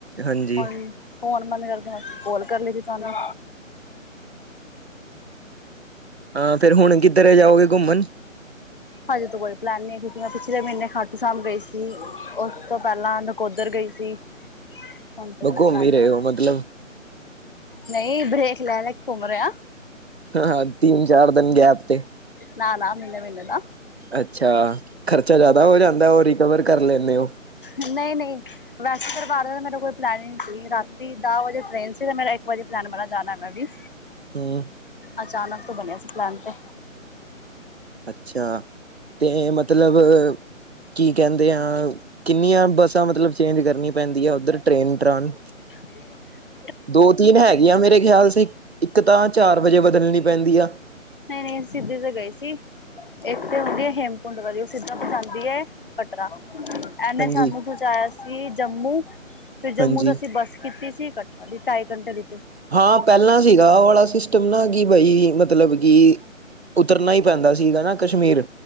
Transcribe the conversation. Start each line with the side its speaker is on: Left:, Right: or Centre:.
Right: ਹਾਂਜੀ
Left: ਹੁਣ ਫੋਨ ਬੰਦ ਕਰਦੇ ਨਾਲ ਕੋਲ ਕਰ ਲਈ ਸੀ ਤੁਹਾਨੂੰ।
Right: ਹਾਂ ਫੇਰ ਹੁਣ ਕਿੱਧਰੇ ਜਾਓਗੇ ਘੁੰਮਣ?
Left: ਹਜੇ ਤੋਂ ਕੋਈ ਪਲੈਨ ਨਹੀਂ ਹੈ ਕਿਉਂਕਿ ਮੈਂ ਪਿਛਲੇ ਮਹੀਨੇ ਖਾਟੂ ਸ਼ਾਮ ਗਈ ਸੀ, ਉਸ ਤੋਂ ਪਹਿਲਾਂ ਨਕੋਦਰ ਗਈ ਸੀ। <inaudible> ਹੁਣ ਤਾਂ ਕੋਈ
Right: ਘੁੰਮ
Left: ਪਲਾਨ
Right: ਹੀ ਰਹੇ
Left: ਨਹੀਂ
Right: ਹੋ ਮਤਲਬ।
Left: ਨਹੀਂ ਬਰੇੇਕ ਲੈ-ਲੈ ਕੇ ਘੁੰਮ ਰਹੇ ਆ।
Right: ਹਾਂ-ਹਾਂ ਤੀਨ-ਚਾਰ ਦਿਨ ਗੈਪ ਤੇ।
Left: ਨਾ-ਨਾ ਮਹੀਨੇ-ਮਹੀਨੇ ਦਾ।
Right: ਅੱਛਾ, ਖਰਚਾ ਜਿਆਦਾ ਹੋ ਜਾਂਦਾ ਉਹ ਰਿਕਵਰ ਕਰ ਲੈਂਨੇ ਓ।
Left: ਨਹੀਂ-ਨਹੀਂ ਵੈਸ਼ਨੋ ਦਰਬਾਰ ਦਾ ਤਾਂ ਮੇਰਾ ਕੋਈ ਪਲੈਨ ਹੀ ਨਹੀਂ ਸੀ ਰਾਤੀ ਦਸ ਵਜੇ ਟ੍ਰਰੇਨ ਸੀ ਤੇ ਮੇਰਾ ਇੱਕ ਵਜੇ ਪਲੈਨ ਬਣਿਆ ਜਾਣਾ ਮੈਂ ਵੀ।
Right: ਹਾਂ
Left: ਅਚਾਨਕ ਤੋਂ ਬਣਿਆ ਸੀ ਪਲੈਨ 'ਤੇ।
Right: ਅੱਛਾ। ਤੇ ਮਤਲਬ, ਕੀ ਕਹਿੰਦੇ ਆ, ਕਿੰਨੀਆਂ ਬੱਸਾਂ ਮਤਲਬ ਚੇਂਜ ਕਰਨੀਆਂ ਪੈਂਦੀਆ ਉੱਧਰ ਟ੍ਰੇਨ ਟਰਾਨ?
Left: ਮਿਹਰਬਾਨੀ
Right: ਦੋ-ਤਿੰਨ ਹੈਗੀਆਂ ਮੇਰੇ ਖਿਆਲ ਸੀ, ਇੱਕ ਤਾਂ ਚਾਰ ਵਜੇ ਬਦਲਣੀ ਪੈਂਦੀ ਆ।
Left: ਨਹੀਂ-ਨਹੀਂ ਅਸੀਂ ਸਿੱਧੀ ਤੇ ਗਏ ਸੀ। ਇੱਕ ਤੇ ਹੁੰਦੀ ਹੈ ਹੇਮਕੁੰਡ ਵਾਲੀ ਉਹ ਸਿੱਧਾਂ ਪਚਾਦੀ ਏ ਐ, ਪਟਰਾ। ਇਹਨੇ
Right: ਹਾਂਜੀ
Left: ਸਾਨੂੰ ਪਹੁੰਚਾਇਆ ਸੀ ਜੰਮੂ, ਫਿਰ ਜੰਮੂ
Right: ਹਾਂਜੀ
Left: ਤੋਂ ਅਸੀਂ ਬੱਸ ਕੀਤੀ ਸੀ ਇਕ ਢਾਈ ਘੰਟੇ ਦੀ।
Right: ਹਾਂ ਪਹਿਲਾਂ ਸੀਗਾ ਆਹ ਵਾਲਾ ਸਿਸਟਮ ਨਾ ਕਿ ਬਈ ਮਤਲਬ ਕਿ ਉਤਰਨਾ ਹੀ ਪੈਂਦਾ ਸੀਗਾ ਨਾ ਕਸ਼ਮੀਰ।